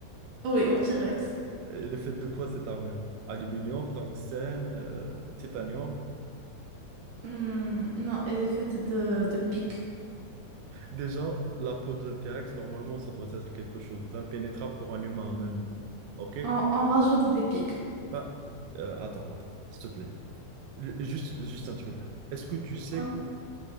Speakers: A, on the right; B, on the right.
A: Oui, au T-Rex.
B: elle est faite de quoi cette armure? Aluminium, tungstène, euh, titanium.
A: Hmm, non, elle est faite de, de pics.
B: Déjà, la peau d'un T-Rex, normalement, ça doit être quelque chose d'impénétrable pour un humain à main nue. OK?
A: On, on rajoute des pics.
B: Bah, euh, attends, attends, s'il te plaît. Le- juste, juste un truc. Est-ce que tu sais
A: Ouais.
B: que,